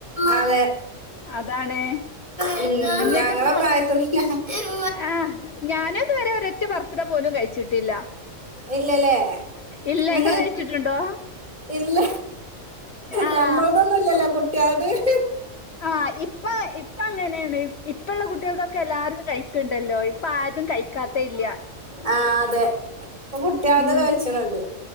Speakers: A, on the right; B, on the left.
A: അതെ.
B: അതാണ്.
A: മ്
B: ഉം എന്നിട്ടിപ്പോ
A: ഞങ്ങളെ പ്രായത്ത <inaudible>
B: ആഹ് ഞാനും ഇതുവരെ ഒരറ്റ ബർത്തഡേ പോലും കഴിച്ചിട്ടില്ല.
A: ഇല്ലല്ലേ
B: ഇല്ല
A: ഞ-
B: ഇങ്ങൾ കഴിച്ചിട്ടുണ്ടോ?
A: ഇല്ല.
B: ആഹ്
A: ഞമ്മളതൊന്നുല്ലല്ലോ കുട്ട്യാള്ത് <inaudible> <inaudible>
B: ആഹ് ഇപ്പ ഇപ്പ അങ്ങനെയാണ് ഇപ്പള്ള കുട്ടികൾതൊക്കെ എല്ലാരും കഴിക്കണ്ടല്ലോ ഇപ്പ ആരും കഴിക്കാത്ത ഇല്ല
A: ആ അതെ. ഇപ്പൊ കുട്ട്യാള്ത്
B: ഉം
A: കഴിച്ച്ണ് ണ്ട്